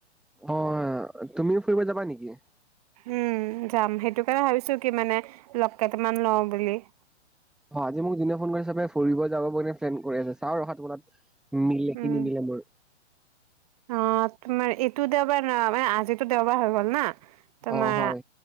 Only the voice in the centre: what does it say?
অ তুমিও ফুৰিব যাবা নেকি <inaudible>
অ আজি মোক দিনে ফোন কৰি চাপে ফুৰিব যাব পনে প্লেন কৰি আছে চাওঁ আৰু সাত বটাত উ নিলেকি
নিনিলে <unintelligible> ম
অ হয়